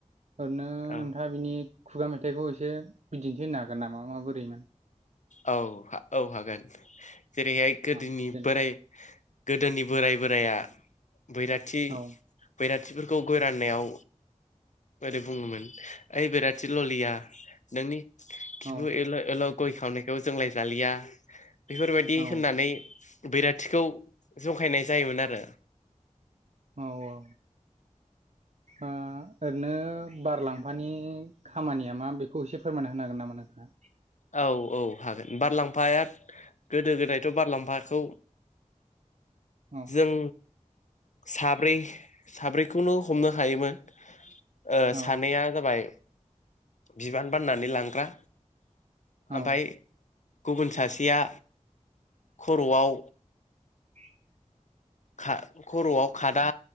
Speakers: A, on the right (about 60°); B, on the left (about 65°).
A: ओरनो
B: औ
A: नोंथाङा बिनि खुगा मेथाइखौ एसे बिदिन्थि होनो हागोन नामा मा बोरैमोन
B: औ हा औ हागोन जेरैहाय गोदोनि
A: औ देलाय
B: बोराय गोदोनि बोराइ बोराइया बैराथि
A: औ
B: बैरा थिफोरखौ गय राननायाव बोरै बुङोमोन ओइ बिराद थि ल'लिया नोंनि खिबु
A: औ
B: एल' एल' गय खावनाय औ जोंलाय जालिया बेफोरबायदि
A: औ
B: होननानै बैराथिखौ जंखायनाय जायोमोन आरो
A: औ औ ओ ओरनो बारलाम फानि खामानिया मा बेखौ एसे फोरमायना होनो हागोन नामा नोंथाङा?
B: औ औ हागोन बारलाम्फाया गोदो गोदायथ' बारलाम्फाखौ
A: औ
B: जों साब्रै साब्रैखौनो हमनो हायोमोन ओ
A: औ
B: सानैया जाबाय बिबान बाननानै लांग्रा
A: औ
B: ओमफाय गुबुन सासेया खर'आव
A: <inaudible>
B: खा खर'आव खादा